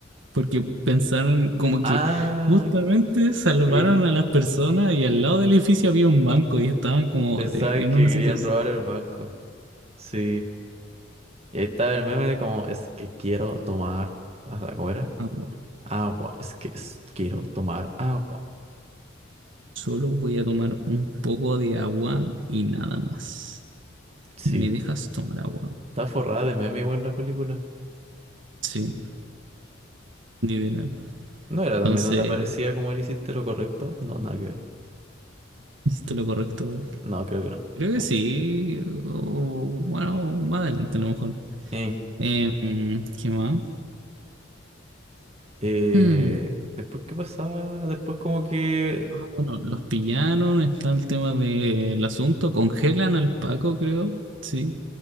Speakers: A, on the right (about 75°); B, on the right (about 35°).
A: porque pensaron como
B: Ah,
A: que justamente salvaron
B: ok,
A: a las personas y al lado del edificio había un banco y estaban como
B: Pensaban
A: eh, en
B: que
A: una
B: querían
A: situación.
B: robar el banco. Sí. Y ahí estaba el meme de como, es que quiero tomar... ah, ¿Cómo era?
A: Agua.
B: Agua. Es que es- quiero tomar agua.
A: Solo voy a tomar un poco de agua y nada más.
B: Sí.
A: ¿Me dejas tomar agua?
B: Está forrada de meme igual la película.
A: Sí, literal.
B: No era también
A: Entonces
B: donde aparecía como él hiciste lo correcto. No, nada que ver.
A: Hiciste lo correcto.
B: No, creo que no.
A: Creo que
B: Eh.
A: sí. o- bueno, más adelante a lo mejor.
B: eh.
A: Eh, ¿qué más?
B: Eh,
A: Mm,
B: después, ¿qué pasaba? Después como que...
A: ah, bueno, los pillaron. Está el tema del asunto. Congelan al Paco, creo. Sí.